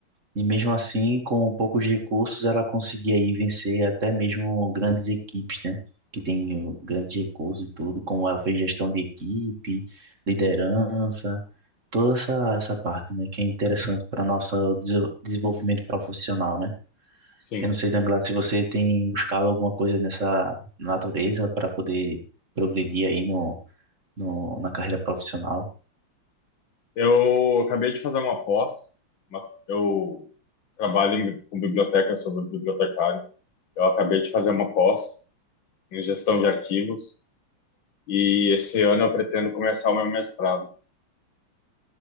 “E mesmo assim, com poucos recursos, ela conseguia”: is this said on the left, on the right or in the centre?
Right